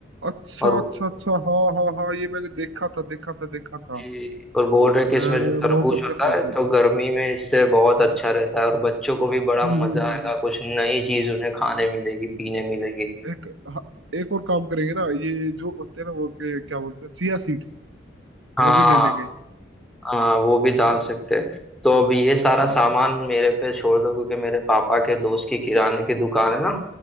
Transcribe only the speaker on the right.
अच्छा
अच्छा अच्छा हाँ हाँ हाँ ये मैंने देखा था देखा था देखा था
अ,
मोहब्बत
का सरफराज
हम्म
हम्म, हम्म,
हम्म।
एक हाँ, एक और काम करेंगे ना ये जो होते हैं ना वो के, क्या बोलते हैं चिया सीड्स
वो भी ले लेंगे
हाँ